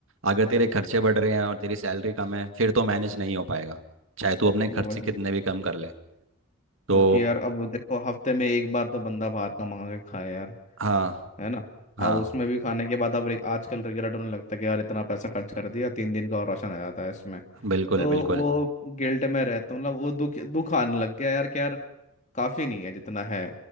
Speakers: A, on the right; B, on the left.
A: अगर तेरे खर्चे बढ़ रहे हैं और तेरी सैलरी कम है फिर तो मैनेज नहीं हो पाएगा चाहे तू अपने खर्चे
B: वही
A: कितने भी कम कर ले तो
B: क्योंकि यार अब देखो हफ्ते में एक बार तो बंदा बाहर का मंगा के खाए यार
A: हाँ
B: है ना
A: हाँ
B: अब उसमें भी खाने के बाद अब रि- आजकल रिग्रेट होने लगता है कि यार इतना पैसा खर्च कर दिया तीन दिन का और राशन आ जाता है इसमें
A: बिल्कुल
B: तो
A: बिल्कुल
B: वो गिल्ट में रहता हूँ मतलब वो दुख दुख आने लग गया यार कि यार काफी नहीं है जितना है